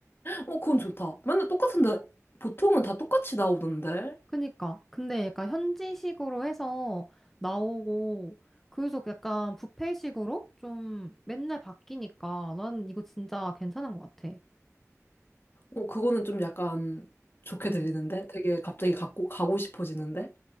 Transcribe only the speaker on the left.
그건 좋다. 맨날 똑같은데 보통은 다 똑같이 나오던데.
어, 그거는 좀 약간 좋게
들리는데? 되게 갑자기 갖고 가고 싶어지는데?